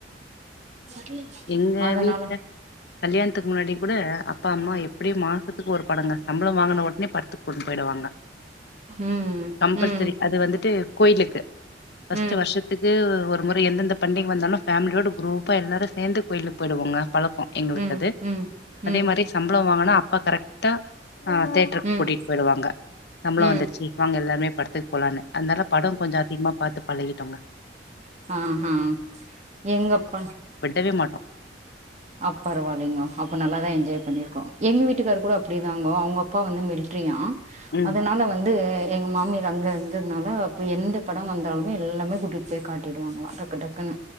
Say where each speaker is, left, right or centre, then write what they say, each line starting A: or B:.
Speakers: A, on the right; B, on the left.
A: <inaudible>
B: எங்க
A: அதுனால
B: வீட்ல கல்யாணத்துக்கு முன்னாடி கூட அப்பா அம்மா எப்டியும் மாதத்துக்கு ஒரு படங்க சம்பளம் வாங்கின உடனே படத்துக்கு கூட்டிட்டு போயிடு வாங்க
A: ம்
B: கம்பல்சரி
A: ம்
B: அது வந்துட்டு கோயிலுக்கு பஸ்ட்
A: ம்
B: வருஷத்துக்கு ஒரு முறை எந்தெந்த பண்டிகை வந்தாலும் பேமிலியோட குரூப்பா எல்லாரும் சேர்ந்து கோயிலுக்கு போயிடுவோங்க பழக்கம் எங்களுக்கு
A: ம்
B: அது
A: ம்
B: அதே
A: ம்
B: மாரி சம்பளம் வாங்குனா இப்ப கரெக்டா ஆஹ தேட்ருக்கு
A: ம்
B: கூட்டிட்டு போயிடுவாங்க சம்பளம்
A: ம்
B: வந்துருச்சு வாங்க எல்லாமே படத்துக்கு போலானு அதுனால படம் கொஞ்ச அதிகமா பாத் பழகிட்டோங்க
A: ஆஹ் ஆஹ் எங்கப்ப
B: வே மாட்டோம்
A: அ பரவாயில்லங்கோ அப்போ நல்லாதான் என்ஜாய் பண்ணிருக்கோம் எங்க வீட்டுக்காரரு கூட அப்படிதாங்கோ அவங்க அப்பா வந்து மில்ட்ரியா
B: ம்
A: அதனால வந்து எங்க மாமியா அங்க இருந்ததுனால அப் எந்த படம் வந்தாலுமே எல்லாமே கூட்டிட்டு போய் காட்டிடுவாங்களாம் டக்கு டக்குனு